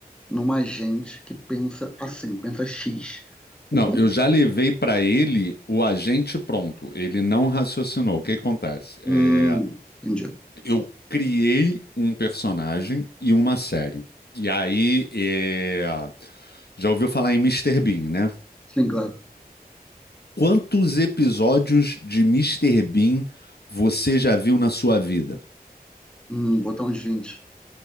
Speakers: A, in the centre; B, on the left (about 85°).
A: numa gente que pensa assim, pensa X.
B: Não,
A: O quão...
B: eu já levei para ele o agente pronto. Ele não raciocinou. O que acontece?
A: Hum,
B: É,
A: entendi.
B: eu criei um personagem e uma série. E aí, é, já ouviu falar em Mister Bean, né?
A: Sim, claro.
B: Quantos episódios de Mister Bean você já viu na sua vida?
A: Hum, botar uns vinte